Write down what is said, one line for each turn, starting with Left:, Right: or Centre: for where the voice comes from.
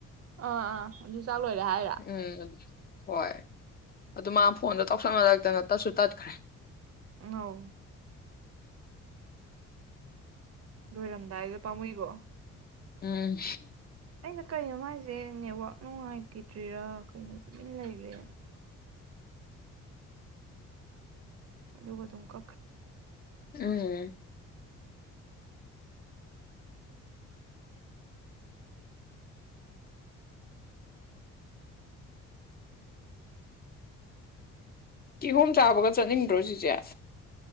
Right: ꯑꯥ ꯑꯥ ꯑꯗꯨ ꯆꯥꯛ ꯂꯣꯏꯔꯦ ꯍꯥꯏꯔ
Left: ꯎꯝ ꯍꯣꯏ ꯑꯗꯨ ꯃꯥ ꯐꯣꯟꯗꯣ ꯇꯧꯁꯟ ꯅꯔꯛꯇꯅ ꯇꯠꯁꯨ ꯇꯠ ꯈꯔꯦ
Right: ꯅꯣ ꯂꯣꯏꯔꯝ ꯗꯥꯏꯗꯨꯗ ꯄꯥꯝꯃꯨꯏꯀꯣ
Left: ꯎꯝ
Right: ꯑꯩꯅ ꯀꯩꯅꯣ ꯃꯥꯏꯁꯦ ꯅꯦꯠꯋꯥꯛ ꯅꯨꯡꯉꯥꯏ ꯈꯤꯗ꯭ꯔꯤꯔꯥ ꯀꯩꯅꯣ ꯇꯨꯃꯤꯟ ꯂꯩꯈ꯭ꯔꯦ ꯑꯗꯨꯒ ꯑꯗꯨꯨꯝ ꯀꯛꯈꯔꯦ
Left: ꯎꯝ ꯀꯤꯍꯣꯝ ꯆꯥꯕꯒ ꯆꯠꯅꯤꯡꯗ꯭ꯔꯣ ꯆꯤꯆꯦ